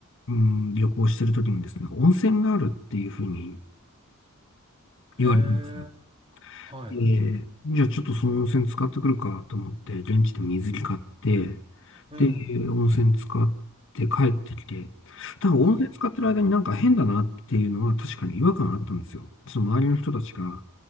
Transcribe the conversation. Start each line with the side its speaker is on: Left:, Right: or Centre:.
Left: うん、旅行してるときにですね、温泉があるっていうふうに言われたんですよ
Right: へえ、はい。
Left: ええじゃあちょっとその温泉使ってくるかと思って、現地で水着買って、
Right: うん。
Left: で、温泉使って帰ってきて、ただ温泉使ってる間になんか変だなっていうのは確かに違和感あったんですよ。
Right: はい。
Left: その周りの人たちが、